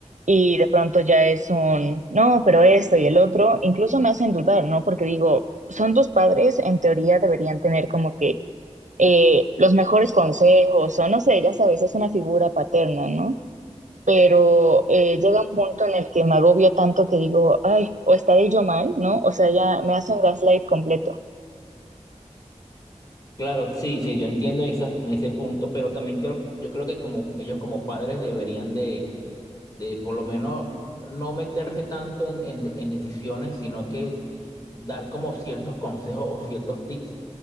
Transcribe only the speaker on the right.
y de pronto ya es un, no, pero esto y el otro, incluso me hacen dudar, ¿no? Porque digo, son tus padres, en teoría deberían tener como que eh, los mejores consejos o no sé, ya sabes, es una figura paterna, ¿no? pero eh, llega un punto en el que me agobio tanto que digo, ay, o estaré yo mal, ¿no? O sea, ya me hacen gaslight completo.